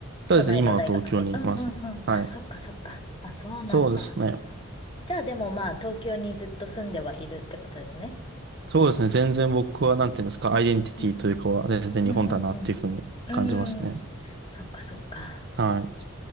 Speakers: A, on the right (about 50°); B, on the left (about 25°).
A: そうですね。
B: 都内の大学生。
A: 今は東京にいます。
B: うんうんうん。
A: はい。
B: あ、そっかそっか。あ、そうなんだ。
A: そうですね。
B: じゃあ、でもまあ、東京にずっと住んではいるってことですね。
A: そうですね。全然僕は、なんていうんですか、アイデンティティというかは、
B: うん。
A: 全然日本だなっていうふうに感じますね。
B: うんうんうん。うーん。そっかそっか。
A: はい。